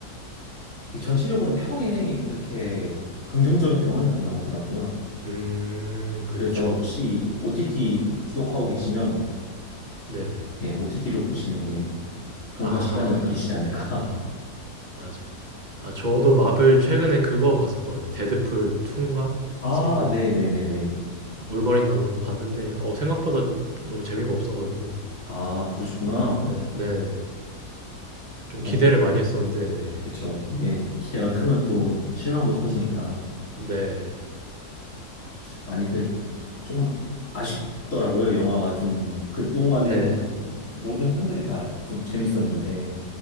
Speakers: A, on the left; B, on the right.
A: 이 전체적으로 평이 그렇게 긍정적인 평은 안 나오더라고요.
B: 음, 그쵸.
A: 그래서 그렇죠. 혹시 OTT 구독하고 계시면
B: 네네.
A: 예, OTT로 보시는 게 돈과
B: 아,
A: 시간을 아끼시지 않을까.
B: 네, 아, 맞아. 아, 저도 마블 최근에 그거 봤었거든요. 데드풀 2인가?
A: 아,
B: 3인가?
A: 네네네네.
B: 올바린 나오는 거 봤는데 어 생각보다 너무 재미가 없어 가지고.
A: 아, 그러셨구나.
B: 네. 네네. 좀
A: 그러요
B: 기대를
A: 이게
B: 많이 했었는데 네.
A: 그쵸. 이게 기대가
B: 네.
A: 크면 또 실망도
B: 네.
A: 커지니까
B: 네.
A: 많이들 조금 아쉽더라고요. 영화가 좀 그동안에는
B: 네.
A: 모든 편들이 다 좀 재밌었는데,